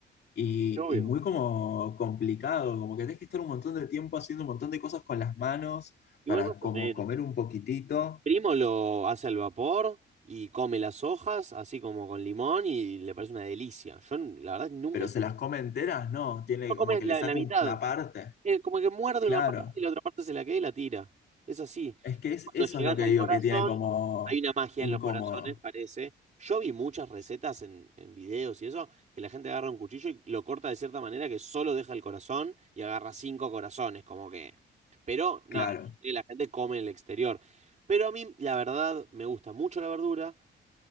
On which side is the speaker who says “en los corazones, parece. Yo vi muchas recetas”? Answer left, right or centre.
Right